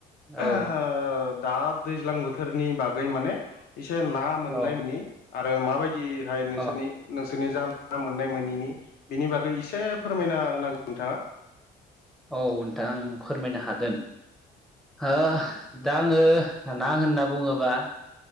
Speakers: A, in the centre; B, on the left (about 65°).
A: औ
B: ओ दा दैज्लां बोथोरनि बागै माने एसे ना मोननाय
A: औ
B: मोननि आरो माबायदिहाय नोंसोरनि
A: अ
B: नों सोरनि जाब्रा मोननाय मोनैनि बेनि बागै एसे फोरमायना होनांगौ नोंथाङा।
A: औ नोंथां आं फोरमायनो हागोन। ओ‌ दा आङो ना होनना बुङोबा